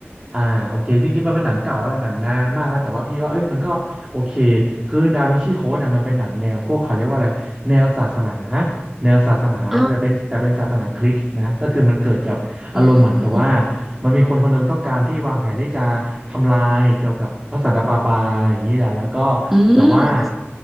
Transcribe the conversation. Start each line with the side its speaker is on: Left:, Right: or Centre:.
Right: อ่าโอเคจริงๆมันเป็นหนังเก่าแล้วหนังนานมากแล้วแต่ว่าพี่ว่าเอ้ยมันก็โอเคคือดาวินชีโค้ดเนี่ยมันเป็นหนังแนวพวกเขาเรียกว่าอะไรแนวศาสนาแนวศาสนาแต่เป็นแต่เป็นศาสนาคริสต์นะก็คือมันเกิดจากอารมณ์เหมือนกับว่า
Centre: อ๋ออืม
Right: มันมีคนคนหนึงต้องการที่วางแผนที่จะทำลายเกี่ยวกับพระสันตะปาปาอะไรอย่างนี้แหละแล้วก็
Centre: อื
Right: แต่ว่า
Centre: ม